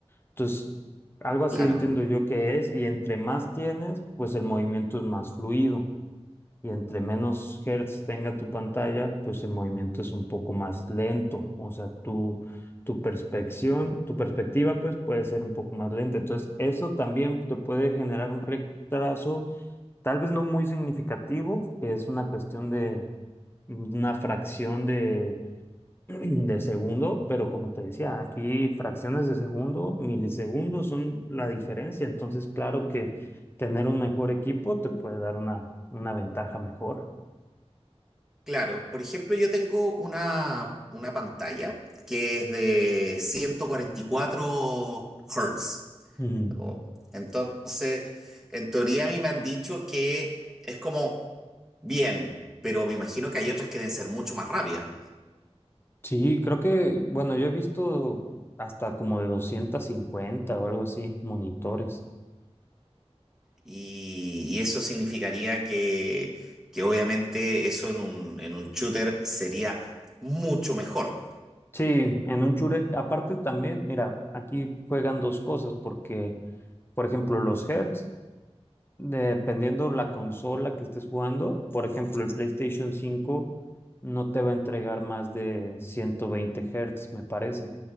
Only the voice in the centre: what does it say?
Claro,
claro. Por ejemplo, yo tengo una, una pantalla que es de 144 Hz.
Oh. Entonces, en teoría a mí me han dicho que es como bien, pero me imagino que hay otras que deben ser mucho más rápidas.
Y, y eso significaría que, que obviamente eso en un, en un shooter sería mucho mejor.